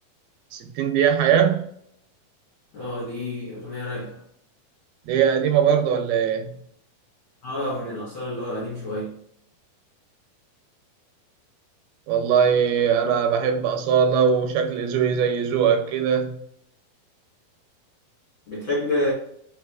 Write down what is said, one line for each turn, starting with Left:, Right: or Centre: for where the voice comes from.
Right: ستين دقيقة حياة
Left: اه دي أغنية رايقة
Right: دي هي قديمة برضه ولا ايه؟
Left: اه من الأصالة اللي هو قديم شوية
Right: والله أنا بحب أصالة وشكل ذوقي زي ذوقك كده
Left: بتحب